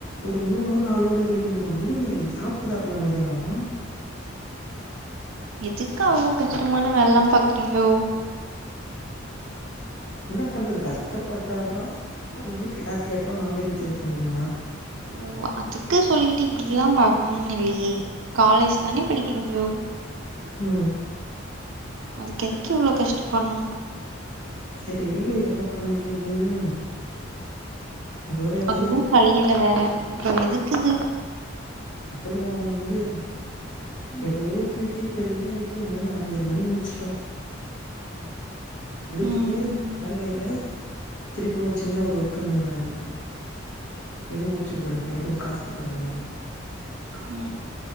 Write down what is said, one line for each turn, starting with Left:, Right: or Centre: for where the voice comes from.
Left: ஒரு மூணு ஊரு நாலூ ஊரு எறக்கினுக்குறோ முடியல சாப்பிட்டு சாப்பிடல மத்தியானோ உ
Right: எதுக்கு அவ்ளோ கஷ்டமான வேலைலாம் பாக்குறீங்கோ
Left: என்ன பண்றது கஷ்டப்பட்டால் தா நம்ம வீட்டல காசு <unintelligible> நம்மளே ரீசார்ஜ் பண்ணிக்கலாம்
Right: ஓ அதுக்கு சொல்லிட்டு இப்டில்லா பாக்கணும்னு இல்லையே காலேஜ் தானே படிக்கிறீங்கோ
Left: உ
Right: அதுக்கு எதுக்கு இவ்வளோ கஷ்ட பண்ணு
Left: சரி விடு என்ன பண்றதுன்னு அதோட
Right: அதுவும்
Left: வேலைக்
Right: கல்லுல வேற இப்ப எதுக்குது
Left: அப்புறோ வந்து ஏதுஎதோ துக்கி பொறுமையா வச்சு மணி அஞ்சரை மணிக்கு முடிச்சுட்டோ முடிச்சுட்டு
Right: ம்
Left: வரவைல திருப்பி ஒரு சின்ன ஒரு வோர்க்கந்த மாறி இது முடிச்சட்டு போயிடு இதுக்கு காசு குடுத்துறனா
Right: உ